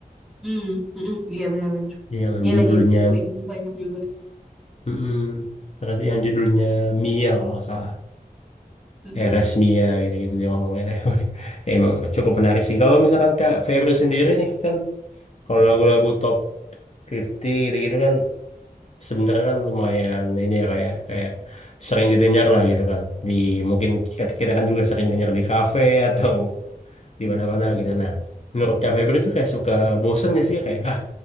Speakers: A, in the centre; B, on the left (about 45°).
A: Hmm. Mm-mm. Iya benar-benar.
B: Yang
A: Dia
B: judulnya
A: lagi featuring banyak juga.
B: mm ternyata yang judulnya Mia kalau nggak salah.
A: Mm-mm.
B: RS Mia gitu-gitu dia ngomongnya deh. <laughs> Ya, Emang cukup menarik sih. Kalau misalkan Kak Febri sendiri nih kan kalau lagu-lagu top 50 gitu-gitu kan sebenarnya kan lumayan ini ya kayak kayak sering didengar lah gitu kan di mungkin kita, kita kan juga sering dengar di kafe atau di
A: Mm-mm.
B: mana-mana gitu nah menurut Kak Febri itu kayak suka bosen gak sih kayak ah